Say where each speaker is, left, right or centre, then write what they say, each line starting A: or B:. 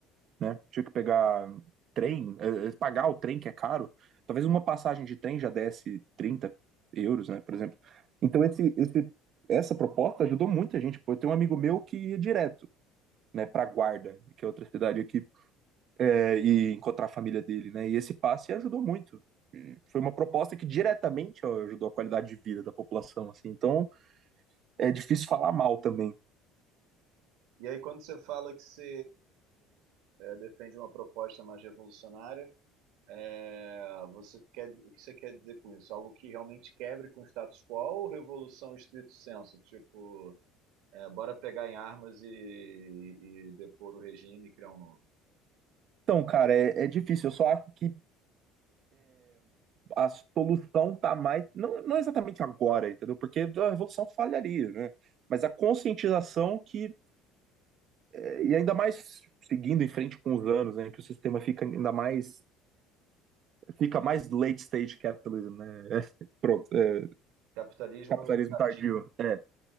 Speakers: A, on the right (about 40°); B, on the right (about 75°).
A: né? Tinha que pegar trem, eh, eh, pagar o trem que é caro. Talvez uma passagem de trem já desse trinta euros, né, por exemplo. Então esse, esse, essa proposta ajudou muita gente. Pô, eu tenho um amigo meu que ia direto, né, para Guarda, que é outra cidade aqui, eh,
B: Uhum.
A: e encontrar a família dele, né? E esse passe ajudou muito. E Foi uma proposta que diretamente ó, ajudou a qualidade de vida da população, assim. Então é difícil falar mal também.
B: E aí, quando você fala que você é, defende uma proposta mais revolucionária, é, você quer, o que você quer dizer com isso? Algo que realmente quebre com o status quo ou revolução estrito senso? Tipo, é, bora pegar em armas e, e depor o regime e criar um novo?
A: Então, cara, é, é difícil. Eu só acho que a solução está mais, não, não exatamente agora, entendeu? Porque a revolução falharia, né? Mas a conscientização que, eh, e ainda mais seguindo em frente com os anos, né, que o sistema fica ainda mais, fica mais late stage capitalism, né? É, Pronto, é,
B: Capitalismo
A: capitalismo
B: tardio.
A: tardio. É,